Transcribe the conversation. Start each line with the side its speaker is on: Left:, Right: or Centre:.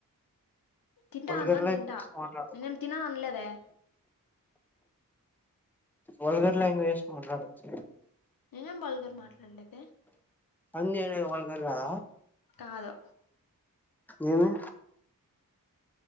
Left: తింటా
Centre: వల్గర్
Left: అన్నం
Centre: లాంగ్వేజ్
Left: తింటా
Centre: మాట్లాడకు
Left: నేనేం తినన్ అనలేదె
Centre: వల్గర్ లాంగ్వేజ్ మాట్లాడచ్చ
Left: నేనేం వల్గర్ మాట్లాడలే
Centre: అన్నినే వల్గర్ కాద
Left: కాదొ
Centre: ఏమి